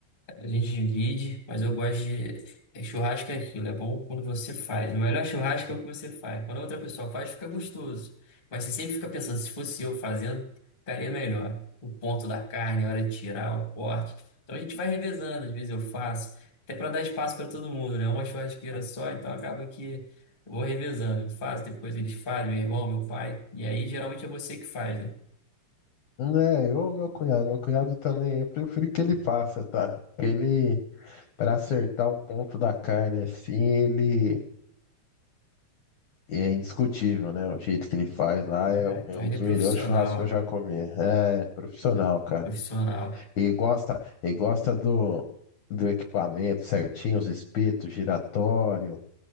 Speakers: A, on the left (about 30°); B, on the left (about 75°).
A: A gente divide, mas eu gosto de. é, Churrasco é aquilo, é bom quando você faz. O melhor churrasco é o que você faz. Quando a outra pessoa faz, fica gostoso. Mas você sempre fica pensando, se fosse eu fazendo, ficaria melhor. O ponto da carne, a hora de tirar, o corte. Então a gente vai revezando, às vezes eu faço, até para dar espaço para todo mundo, né? Uma churrasqueira só, então acaba que eu vou revezando. Eu faço, depois eles fazem, meu irmão, meu pai. E aí geralmente é você que faz, né?
B: É, eu ou meu cunhado. Meu cunhado também, eu prefiro que ele faça, tá? Porque ele, para acertar o ponto da carne assim, ele é indiscutível, né? O jeito que ele faz lá
A: Ah,
B: é, um-
A: então
B: é um
A: ele
B: dos
A: é profissional,
B: melhores churrascos que eu já comi. É profissional, cara.
A: profissional.
B: E gosta, e gosta do, do equipamento certinho, os espetos, giratório.